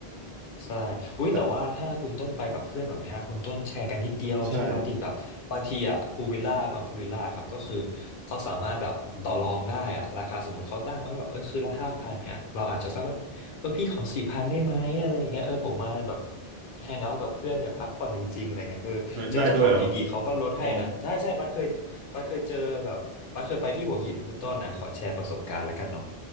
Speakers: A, on the left; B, on the right.
A: ใช่อุ้ยแต่ว่าถ้าคุณต้นไปกับเพื่อนแบบเนี้ยคุณต้นแชร์กันนิดเดียวเชื่อป่ะดิแบบบางทีอ่ะพูวิลล่าบางพูวิลล่าครับ
B: แต่ใช่
A: ก็คือเขาสามารถแบบต่อรองได้อ่ะราคาสมมติเขาตั้งไว้แบบเออคืนละห้าพันเนี้ยเราอาจจะสักแบบเออพี่ขอสี่พันได้ไหมอะไรอย่างเงี้ยเออผมมาแบบ
B: อืม
A: แฮงเอาท์กับเพื่อนอยากพักผ่อนจริงๆอะไรเงี้ยเออเจอเจ้าของดีๆเขาก็ลดให้นะใช่ใช่บัสเคยบัสเคยเจอแบบบัสเคยไปที่หัวหินคุณต้นนะขอแชร์ประสบการณ์แล้วกันเนาะ
B: ได้ด้วยเหรอครับอ๋อ